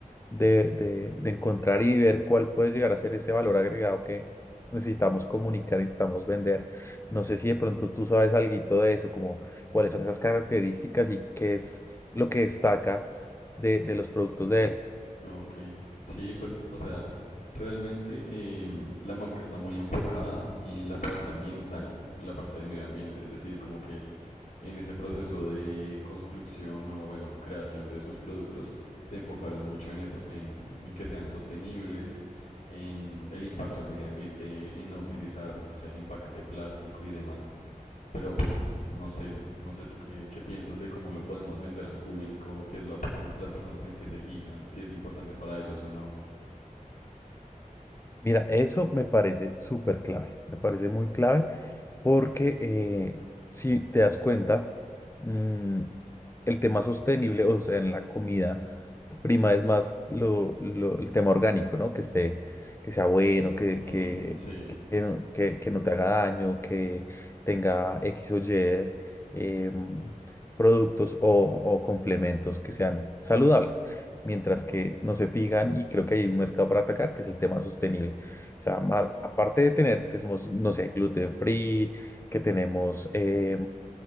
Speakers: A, on the left; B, on the left.
A: de, de, de encontrar y ver cuál puede llegar a ser ese valor agregado que necesitamos comunicar, y necesitamos vender. No sé si
B: Ujú.
A: de pronto tú sabes algo de eso, como cuáles son esas características y qué es lo que destaca de, de los productos de él.
B: Ok, sí, pues, o sea, realmente em, la marca está muy enfocada en la parte ambiental, en la parte de medio ambiente, es decir, como que en ese proceso de construcción o, bueno, creación de sus productos, se enfocaron mucho en eso, en, en que sean sostenibles, en el impacto al medio ambiente, en no utilizar, no sé, empaques de plástico y demás. Pero pues no sé, no sé tú qué, qué piensas de cómo lo podemos vender al público, qué es la persona, las personas en qué se fijan, si es importante para ellos o no.
A: Mira, eso me parece súper clave, me parece muy clave porque eh, si te das cuenta, mm, el tema sostenible, o sea, en la comida prima es más lo, lo- el tema orgánico, ¿no? Que esté, que sea bueno, que,
B: Ujú,
A: que,
B: sí,
A: que, no, que- que no te haga daño, que tenga X o Y em, productos o, o complementos que sean saludables mientras que no se fijan y creo que hay un mercado para atacar, que es el tema sostenible. O sea, más, aparte de tener que somos, no sé, gluten free, que tenemos, eh,